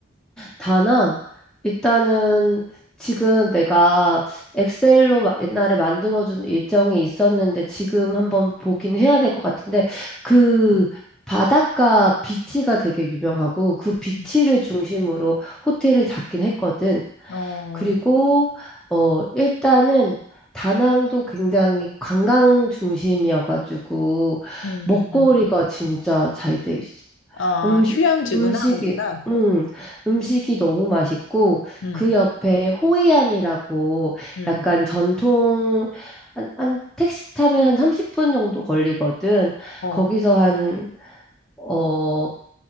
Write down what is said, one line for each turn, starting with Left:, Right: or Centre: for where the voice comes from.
Centre: 다낭? 일단은 지금 내가 엑셀로 마- 옛날에 만들어준 일정이 있었는데 지금 한번 보긴 해야 될 것 같은데 그 바닷가 비치가 되게 유명하고 그 비치를
Left: 음.
Centre: 중심으로 호텔을 잡긴 했거든.
Left: 어,
Centre: 그리고 어 일단은 다낭도 굉장히 관광 중심이어가지고
Left: 음,
Centre: 먹거리가
Left: 음.
Centre: 진짜 잘 돼 있어.
Left: 아,
Centre: 음식,
Left: 휴양지구나,
Centre: 음식이,
Left: 거기가.
Centre: 음, 음식이 너무 맛있고,
Left: 음,
Centre: 그 옆에 호이안이라고
Left: 음,
Centre: 약간 전통, 한, 한 택시 타면 한 30분 정도 걸리거든.
Left: 어,
Centre: 거기서 한, 어,